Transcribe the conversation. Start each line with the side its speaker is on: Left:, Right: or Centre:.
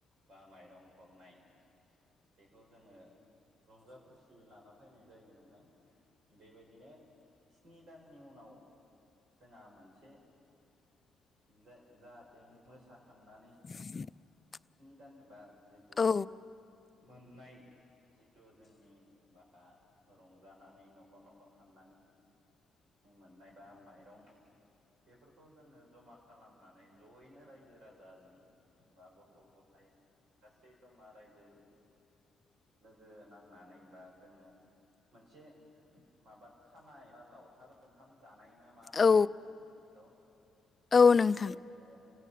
Right: बा माइरं हरनाय बेखौ जोङो रंजा खुसि लाना फायनाय जायो नोंथां। बेबायदिनो स्नि दाननि उनाव जोंहा मोनसे जे जाहाथे मोसाखांनानै
Left: <unintelligible>
Right: निदान बा जिहेथु
Left: औ
Right: मोननाय जिथु जोंनि बा रंजानानै न'खर न'खर खांनानै मोननाय बा माइरं बेफोरखौ जोङो जमा खालामनानै ज'यैनो रायजो राजाजों बा गथ' गथाय गासै जमा रायजो लोगो नांनानै बा जोङो मोनसे माबा खाना एबा लावखार ओंखाम जानाय ना मा बुङो
Left: औ
Right: नोंथां बिखौ
Left: औ
Right: अ
Left: नोंथां
Right: बेबायदिनो